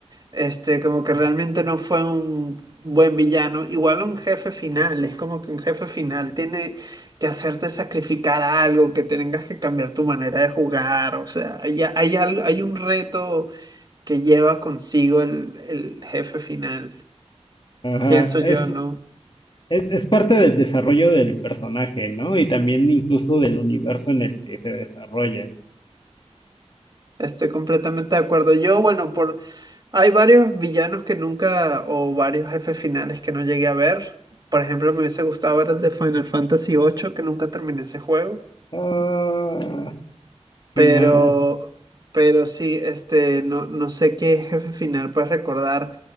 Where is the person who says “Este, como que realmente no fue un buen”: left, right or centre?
Right